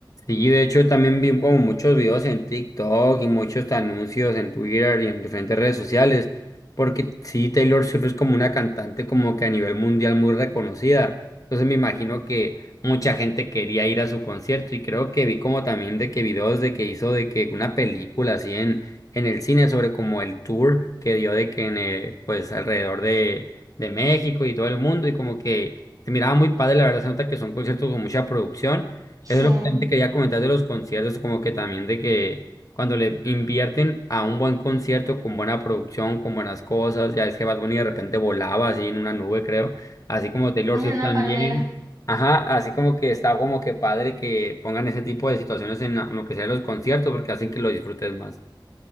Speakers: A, on the left; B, on the right.
A: Sí, de hecho también vi como muchos videos en TikTok y muchos anuncios en Twitter y en diferentes redes sociales, porque sí, Taylor Swift es como una cantante como que a nivel mundial muy reconocida. Entonces me imagino que mucha gente quería ir a su concierto y creo que vi como también de que videos de que hizo de que una película así en, en el cine sobre como el tour que dio de que en eh, pues alrededor de, de México y todo el mundo y como que se miraba muy padre, la verdad se nota que son conciertos con mucha producción.
B: sí,
A: Eso es lo que también
B: <laughs>
A: te quería comentar de los conciertos, como que también de que cuando le invierten a un buen concierto con buena producción, con buenas cosas, ya es que Bad Bunny de repente volaba así en una nube, creo, así como Taylor
B: es
A: Swift
B: una
A: también.
B: palmera.
A: Ajá, así como que está como que padre que pongan ese tipo de situaciones en la- en lo que sea los conciertos porque hacen que lo disfrutes más.